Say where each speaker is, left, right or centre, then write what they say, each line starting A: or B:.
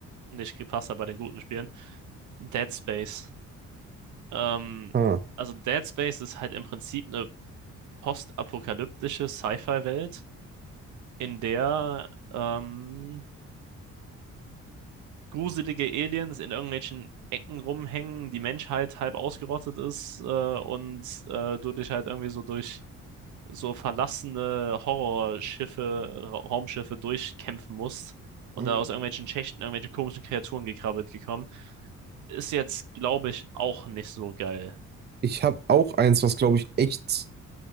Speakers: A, on the right; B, on the right.
A: nicht gepasst hat bei den guten Spielen, Dead Space. Ähm,
B: Ah.
A: also Dead Space ist halt im Prinzip eine postapokalyptische Sci-Fi-Welt, in der ähm, gruselige Aliens in irgendwelchen Ecken rumhängen, die Menschheit halb ausgerottet ist äh, und äh, du dich halt irgendwie so durch so verlassene Horrorschiffe, Ra Raumschiffe durchkämpfen musst und
B: Mm.
A: da aus irgendwelchen Schächten irgendwelche komischen Kreaturen gekrabbelt gekommen, ist jetzt, glaube ich, auch nicht so geil.
B: Ich habe auch eins, was, glaube ich, echt